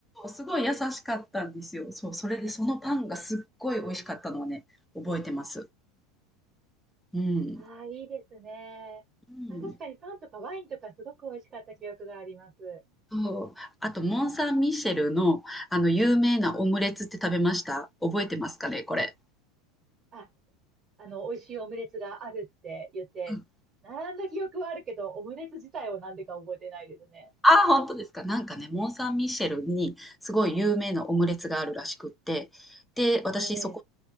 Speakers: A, in the centre; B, on the right.
A: すごい優しかったんですよ。そう、それでそのパンがすっごい美味しかったのはね、覚えてます。うん。
B: ああ、いいですね。
A: う
B: あ、確かにパンとかワインとかすごく美味しかった記憶があります。
A: ん。そう。あと、モン・サン・ミシェルの、あの、有名なオムレツって食べました覚えてますかね、これ。
B: ああの、美味しいオムレツがあるって言って、
A: うん。
B: 並んだ記憶はあるけど、オムレツ自体をなんでか覚えてないですね。
A: ああ、本当ですか。なんかね、モン・サン・ミシェルにすごい有名なオムレツがあるらしくって、で、私そこ
B: ええ